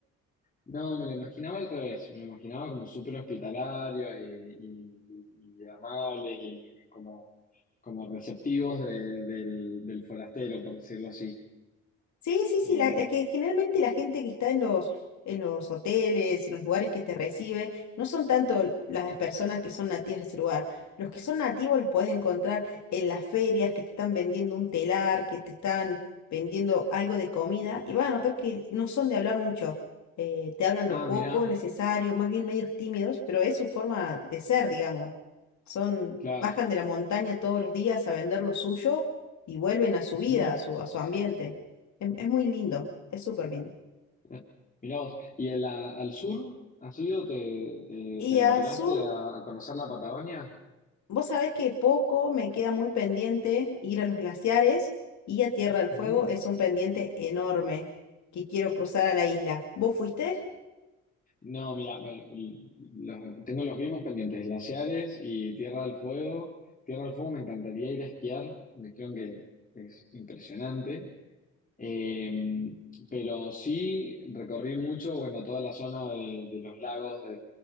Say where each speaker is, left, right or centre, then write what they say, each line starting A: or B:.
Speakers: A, on the left (about 25°); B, on the left (about 65°).
A: No, me lo imaginaba al revés. Me lo imaginaba como súper hospitalario y, y- y amable y como, como receptivos de- del, del forastero, por decirlo así.
B: Sí, sí, sí,
A: Eh,
B: la, es que generalmente la gente que está en los, en los hoteles, en los lugares que te recibe, no son tanto l- las personas que son nativas de ese lugar. Los que son nativos los podés encontrar en las ferias que te están vendiendo un telar, que te están vendiendo algo de comida, y vas a notar que no son de hablar mucho. eh, te hablan
A: ah,
B: lo poco
A: mirá.
B: necesario, más bien medios tímidos, pero es su forma de ser, digamos. Son,
A: Claro.
B: bajan de la montaña todos los días a vender lo suyo y vuelven a su
A: Ujú.
B: vida, a su, a su ambiente. Es, es muy lindo, es súper lindo.
A: Eh, Mirá vos, ¿y en la- al sur has ido? ¿Te, te,
B: Y
A: te aventuraste
B: al sur,
A: a, a conocer la Patagonia?
B: vos sabés que poco me queda muy pendiente ir a los glaciares y a Tierra del
A: Ujú.
B: Fuego es un pendiente enorme que quiero cruzar a la isla. ¿Vos fuiste?
A: No, mira, me- los- tengo los mismos pendientes, glaciares y Tierra del Fuego. Tierra del Fuego me encantaría ir a esquiar, me dijeron que es impresionante. Eh, pero sí recorrí mucho, bueno, toda la zona de, de los lagos de,